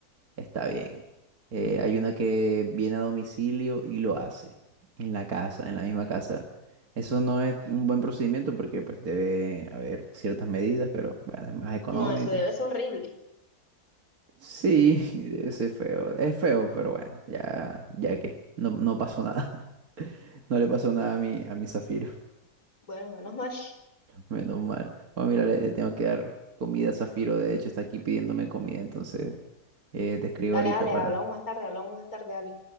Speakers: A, on the right; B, on the left.
A: está bien. Eh, hay una que viene a domicilio y lo hace en la casa, en la misma casa. Eso no es un buen procedimiento porque pues debe haber ciertas medidas, pero bueno, es más económico.
B: No, eso debe ser horrible.
A: Sí, <laughs> ese es feo. Es feo, pero bueno, ya, ya que no, no pasó nada. <laughs> No le pasó nada a mi, a mi Zafiro.
B: Bueno, menos mal.
A: Menos mal. Bueno, mira, le, le tengo que dar comida a Zafiro. De hecho, está aquí pidiéndome comida. Entonces, eh, te escribo
B: Dale,
A: ahorita
B: dale,
A: para...
B: hablamos más tarde, hablamos más tarde, dale.